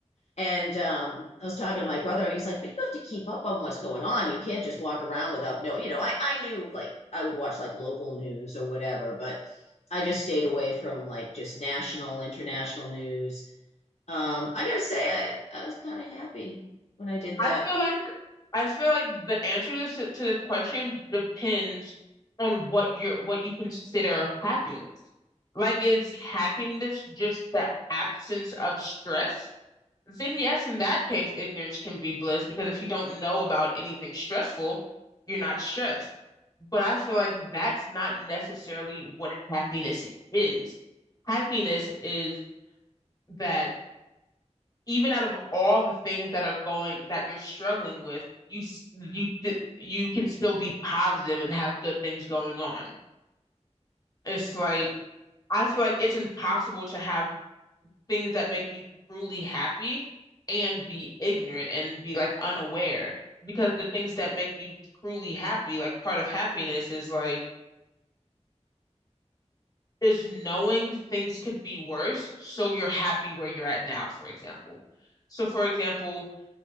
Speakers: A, on the left; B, on the left.
A: and um, I was talking to my brother, and he's like, but you have to keep up on what's going on. You can't just walk around without no. You know, I I knew like I would watch like local news or whatever, but I just stayed away from like just national, international news um, I gotta say, I, I was kind of happy when I did that.
B: I feel like I feel like the answer to this to the question depends on what you're what you consider happiness. Like is happiness just the absence of stress? Then yes, in that case, ignorance can be bliss because if you don't know about anything stressful, you're not stressed. But I feel like that's not necessarily what happiness is. Happiness is that even out of all the things that are going that you're struggling with, you s- you d- you can still be positive and have good things going on. It's like I feel like it's impossible to have things that make you truly happy and be ignorant and be like unaware because the things that make you truly happy, like part of happiness is like is knowing things could be worse, so you're happy where you're at now, for example. So for example,